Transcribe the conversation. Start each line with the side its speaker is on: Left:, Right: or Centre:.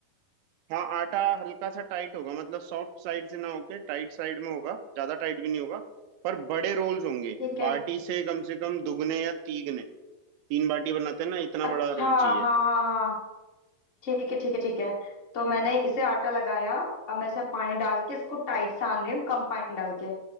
Right: हाँ आटा हल्का सा टाइट होगा मतलब सॉफ्ट साइड से ना होके टाइट साइड में होगा ज्यादा टाइट भी नहीं होगा पर बड़े रोल्स होंगे
Left: ठीक है
Right: बाटी से कम से कम दुगने या तीगने तीन बाटी बनाते हैं ना इतना
Left: अच्छा
Right: बड़ा रोल
Left: हाँ
Right: चाहिए
Left: हाँ हाँ ठीक है ठीक है ठीक है तो मैंने इसे आटा लगाया अब मैं इसमें पानी डाल के इसको टाइट सान रही हूँ कम पानी डाल के